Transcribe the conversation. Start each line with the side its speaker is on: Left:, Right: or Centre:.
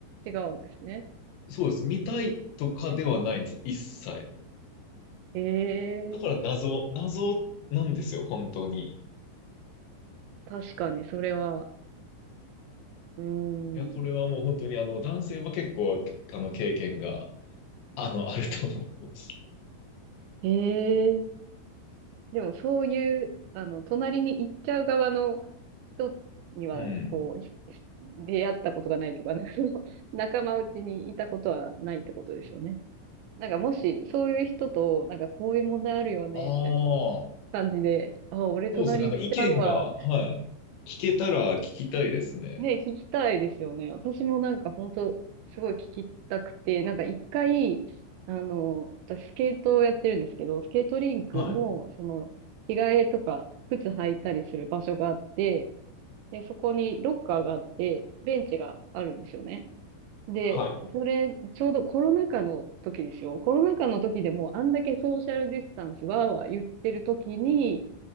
Right: 違うんですね。
Left: そうです。見たいとかではないんです。一切。
Right: ええ、
Left: だから謎、謎なんですよ、本当に。い
Right: 確かにそれは、うー
Left: や、これはもう本当に、
Right: ん。
Left: あの、男性は結構、あの、経験が、あの、あると思います。
Right: ええ、でもそういう、あの、隣に行っちゃう側の、人には、
Left: うん。
Right: こう、ひひ出会ったことがないというか、なんかその仲間内にいたことはないってことですよね。なんかもし、そういう人と、なんかこういう問題あるよね、
Left: あ
Right: みたいな
Left: あ。
Right: 感じで、あ、俺隣行っちゃうわ、
Left: そうですね。なんか意見が、
Right: みたいな。
Left: はい。聞けたら聞きたいですね。
Right: ね、聞きたいですよね。私もなんか本当すごい聞きたくて、なんか一回、あの、私スケートをやってるんですけど、スケートリンクも、
Left: はい。
Right: その、着替えとか、靴履いたりする場所があって、で、そこにロッカーがあって、ベンチがあるんですよね。で、
Left: はい。
Right: それ、ちょうどコロナ禍の時ですよ。コロナ禍の時でもうあんだけソーシャルディスタンスわーわー言ってる時に、